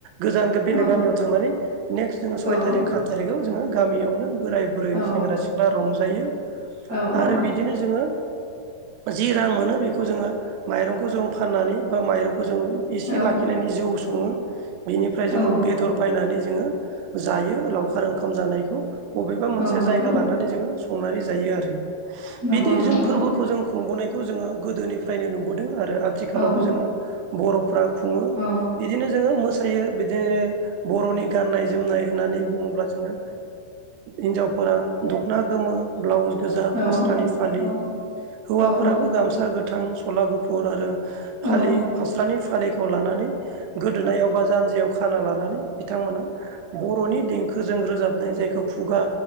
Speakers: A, on the right (about 85°); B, on the right (about 55°).
A: गोजान बेलेग
B: औ
A: गामियाव थांनानै नेक्स्ट जोङो
B: औ
A: सय थारिख सात थारिखाव जोङो गामियावनो। बोराय बुरै
B: औ
A: सेंग्रा सिख्ला रंजायो
B: औ
A: आरो बिदिनो जोङो। जि रां मोनो बेखौ जोङो माइरंखौ जों फाननानै बा माइंखौ। खौ जों एसे
B: औ
A: लाखिनानै जौ सङो बेनिफ्राय
B: औ
A: जोो बेदर बायनानै। जोङो जायो लावखार ओंखाम जानायखौ बबेबा मोनसे
B: औ नंगौ
A: जायगा लानानै जोङो। संनानै जायो आरो
B: नंगौ
A: बिदि
B: नोंथां
A: जों फोरबोखौ जों खुंबोनायखौ जोङो गोदोनिफ्रायनो नुबोदों। आरो आथिखालावबो
B: औ
A: जों बर'फोरा खुङो
B: औ
A: बिदिनो जोङो मो फोथायो बिदिनो बर'नि गान्नाय जोमनाय होननानै बुङोब्ला जोङो। हिन्जावफोरा दखना गोमो ब्लाउस गोजा
B: औ
A: फास्रानि फालि
B: औ
A: हौवाफोराबो
B: औ
A: गामसा गोथां सला गुफुर आरो फा
B: औ
A: फास्रानि फालिखौ लानानै गोदोनायाव बा जानजियाव। खाना लानानै बिथांमोना बर'नि देंखोजों रोजाबनाय जाय। खुगा